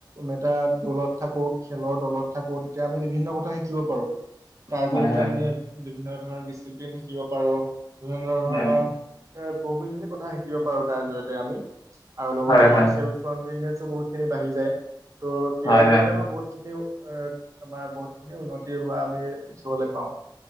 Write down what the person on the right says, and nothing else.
এটা দলত থাকো খেলৰ দলত থাকো তেতিয়া আমি বিভিন্ন কথা শিকিব পাৰো। তাৰ জৰিয়তে
আমি বিভিন্ন ধৰণৰ ডিচিপ্লিন শিকিব পাৰো। বিভিন্ন ধৰণৰ
এ বহু খিনি কথা শিকিব পাৰো তাৰ জৰিয়তে আমি। আৰু লগতে
আমাৰ
চেল্ফ কনফিডেন্ো বহুতখিনি বাঢ়ি যায় ত' ক্ৰীড়াৰ
জৰিয়তে আমাৰ বহুতখিনি। এ আমাৰ বহুতখিনি উন্নতি হোৱা আমি দেখিবলৈ পাওঁ।